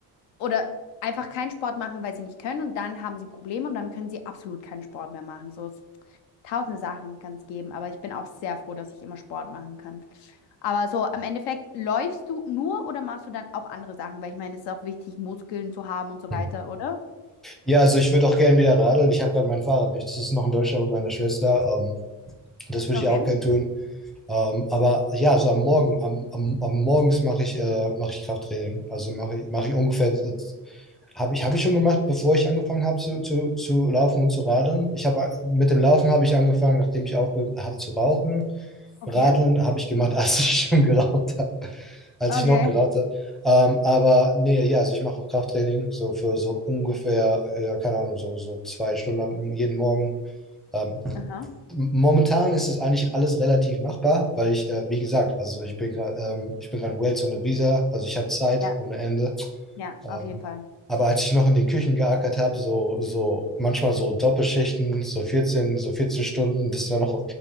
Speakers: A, on the left; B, in the centre.
A: oder einfach keinen Sport machen, weil sie nicht können und dann haben sie Probleme und dann können sie absolut keinen Sport mehr machen. So es, tausende Sachen kann es geben, aber ich bin auch sehr froh, dass ich immer Sport machen kann. Aber so im Endeffekt, läufst du nur oder machst du dann auch andere Sachen? Weil ich meine, es ist auch wichtig, Muskeln zu haben und so
B: Mhm.
A: weiter, oder?
B: Ja, also ich würde auch gerne wieder radeln. Ich habe gerade mein Fahrrad nicht. Das ist noch in Deutschland bei meiner Schwester. Ähm, das würde
A: Okay,
B: ich auch gerne tun. Ähm, aber ja, so am Morgen, am, am, am Morgens mache ich, äh, mach ich Krafttraining. Also mache ich, mach ich ungefähr äh, Habe ich, hab ich schon gemacht, bevor ich angefangen habe zu, zu, zu laufen und zu radeln. Ich habe mit dem Laufen habe ich angefangen, nachdem ich aufgehört habe zu rauchen.
A: okay,
B: Radeln habe ich gemacht, <laughs> als ich schon geraucht habe, als
A: okay.
B: ich noch geraucht habe. Ähm, aber nee, ja, also ich mache auch Krafttraining, so für so ungefähr, ja, keine Ahnung, so, so zwei Stunden am- jeden Morgen. Ähm,
A: Aha.
B: momentan ist es eigentlich alles relativ machbar, weil ich, äh, wie gesagt, also ich bin gerade ähm, ich bin gerade Wales ohne Visa, also ich habe Zeit
A: Ja,
B: ohne Ende.
A: ja,
B: Ähm,
A: auf jeden Fall.
B: aber als ich noch in den Küchen geackert habe, so, so manchmal so Doppelschichten, so 14, so 14 Stunden, das dann noch,